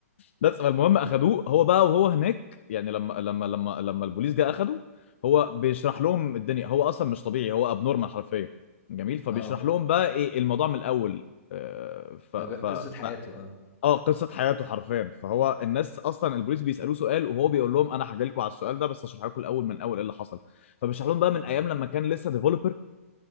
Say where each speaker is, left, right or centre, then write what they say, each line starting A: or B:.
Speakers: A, on the left (about 55°); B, on the left (about 20°).
A: بس فالمهم اخدوه هو بقى وهو هناك يعني لما لما لما لما البوليس جه اخده هو بيشرح لهم الدنيا هو اصلا مش طبيعي هو ابنورمال حرفيا جميل فبيشرح
B: اه
A: لهم بقى ايه الموضوع من الاول آه، ف
B: طب
A: ف
B: قصة حياته
A: ف
B: اه
A: اه قصه حياته حرفيا فهو الناس اصلا البوليس بيسالوه سؤال وهو بيقول لهم انا هحكي لكم على السؤال ده بس هشرح لكم الاول من اول ايه اللي حصل فبيشرح لهم بقى من
B: تمام.
A: ايام لما كان لسه ديفلوبر